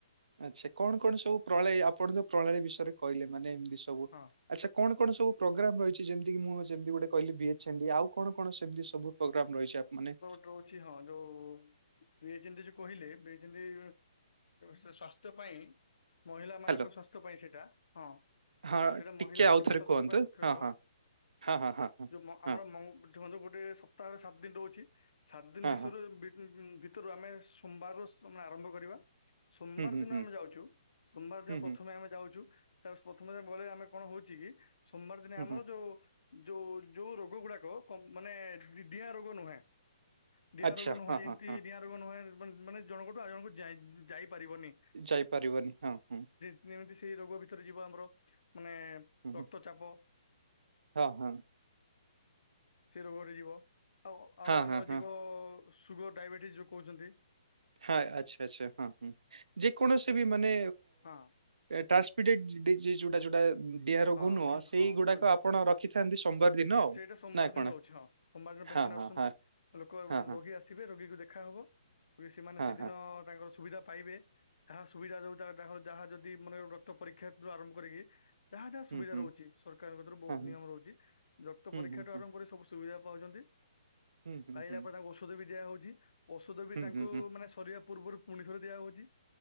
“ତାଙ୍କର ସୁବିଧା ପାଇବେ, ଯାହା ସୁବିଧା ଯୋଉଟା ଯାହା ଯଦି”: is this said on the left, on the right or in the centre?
Left